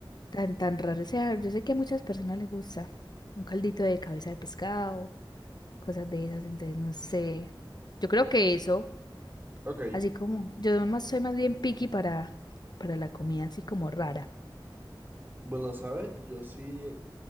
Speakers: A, on the left; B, on the right.
A: tan, tan raro sea. Yo sé que a muchas personas les gusta un caldito de cabeza de pescado, cosas de esas, entonces no sé. Yo creo que eso.
B: ok.
A: Así como yo más, soy más bien picky para, para la comida así como rara.
B: Bueno, ¿sabes? Yo sí,